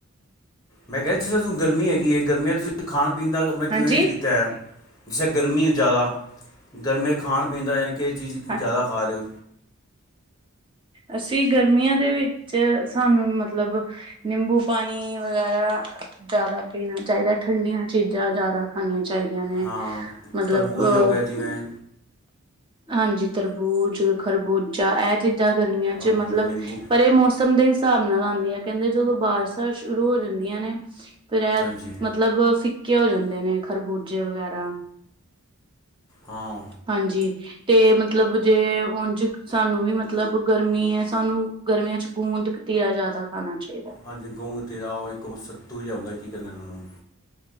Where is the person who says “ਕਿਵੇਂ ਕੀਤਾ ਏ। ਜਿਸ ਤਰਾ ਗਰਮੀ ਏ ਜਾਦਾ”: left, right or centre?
Left